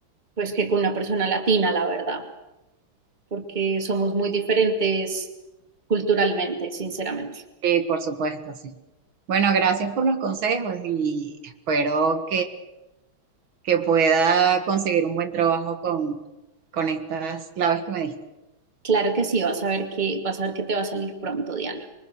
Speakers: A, on the right (about 20°); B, on the right (about 70°).
A: pues, que con una persona latina, la verdad, porque somos muy diferentes culturalmente, sinceramente.
B: Eh, por supuesto, sí. Bueno, gracias por los consejos y espero que pueda conseguir un buen trabajo con, con estas claves que me diste.
A: Claro que sí, vas a ver que, vas a ver que te va a salir pronto, Diana.